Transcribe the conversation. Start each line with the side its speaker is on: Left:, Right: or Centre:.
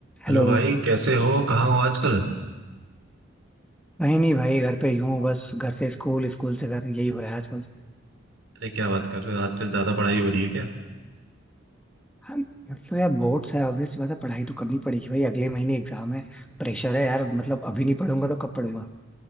Centre: हेलो
Right: Hello भाई कैसे हो कहाँ हो आजकल
Centre: नहीं नहीं भाई घर पे ही हूँ बस घर से स्कूल स्कूल से घर यही हो रहा है आजकल
Right: अरे क्या बात कर रहे हो आजकल ज्यादा पढ़ाई हो रही है क्या
Centre: हाँ मतलब यार बोर्ड्स है ऑब्वियस बात है पढ़ाई तो करनी पड़ेगी भाई अगले महीने एग्जाम है प्रेशर है यार मतलब अभी नहीं पढ़ूंगा तो कब पढ़ूंगा